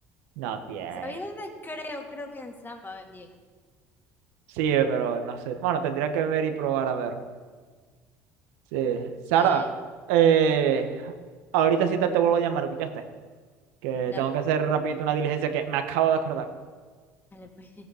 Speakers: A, on the right; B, on the left.
A: no tiene.
B: ¿Sabéis dónde creo? Creo que en Samba vendían.
A: Sí, pero no sé. Bueno, tendría que ver y probar a ver. Sí. Sara,
B: Sí.
A: eh, ahorita sí te, te vuelvo a llamar, ¿escuchaste? Que
B: Dale,
A: tengo
B: pues.
A: que hacer rapidito una diligencia que me acabo de acordar.
B: Dale, pues.